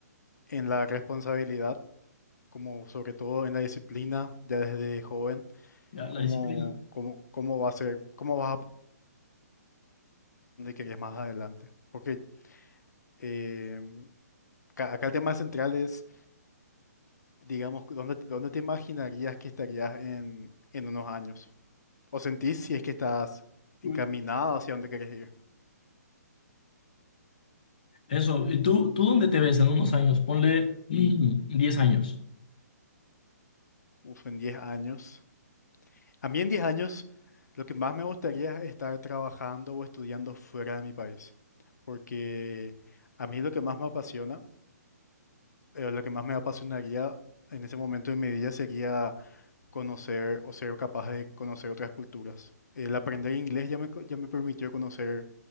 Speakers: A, on the left; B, on the left.
A: en la responsabilidad, como sobre todo en la disciplina, ya desde joven,
B: ya,
A: ¿cómo,
B: la disciplina.
A: cómo, cómo va a ser, cómo vas a donde querés más adelante? Porque em, ca- acá el tema central es, digamos, ¿dónde, te- dónde te imaginarías que estarías en, en unos años? ¿O sentís si es que estás encaminado
B: Uy.
A: hacia donde querés ir?
B: Eso, ¿y tú, tú dónde te ves en unos años? Ponle mm, <clears throat> 10 años.
A: Uf, en 10 años. A mí en 10 años lo que más me gustaría es estar trabajando o estudiando fuera de mi país, porque a mí lo que más me apasiona, eh, lo que más me apasionaría en ese momento de mi vida sería conocer o ser capaz de conocer otras culturas. El aprender inglés ya me, co- ya me permitió conocer